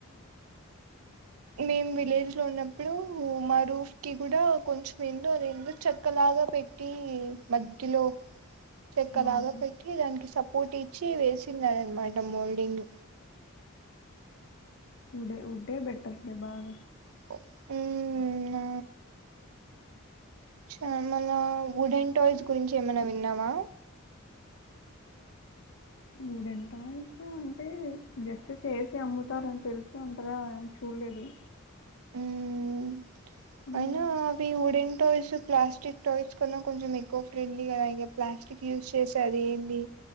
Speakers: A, on the right; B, on the left.
A: మేం విలేజ్ లో ఉన్నప్పుడు మా రూఫ్ కి కూడా కొంచెం ఎందో అది ఎందో చేక్కలాగా పెట్ టి మధ్యలో చెక్క
B: హ్మ్.
A: లాగా పెట్టి దానికి సపోర్ట్ ఇచ్చి వేసిందాన్నమాట మోల్డింగ్
B: ఉడే ఊడ్డే బెటర్ లే బాగ
A: మ్ అవును చ మన వుడెన్ టాయ్స్ గురించి ఏమైనా విన్నావా
B: ఉడెన్ టయిస్ అంటే జస్ట్ చేసి అమ్ముతారని తెలుసు అంతగా ఎం చూడలేదు
A: ఉమ్
B: హ్మ్.
A: అయినా అవి వుడెన్ టాయ్స్ ప్లాస్టిక్ టాయ్స్ కన్నా కొంచెం ఎక్కువ ఫ్రెండ్లీ కదా ఇగ ప్లాస్టిక్ యూజ్ చేసి అది ఏంది